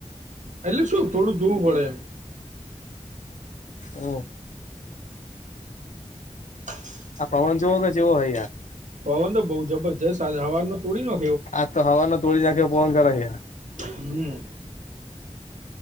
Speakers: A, on the right (about 80°); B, on the left (about 80°).
A: એટલે શું થોડું જોવું પડે એમ?
B: ઓ <unintelligible>
A: <unintelligible>
B: આ પવન જોવો કે જેવો હય યાર.
A: પવન તો બઉુ જબરજસ્ત હવારનો તોડી ને.
B: આ તો હવા નું તોળડી નાંખ્યો પણ કરે છે.
A: હમ.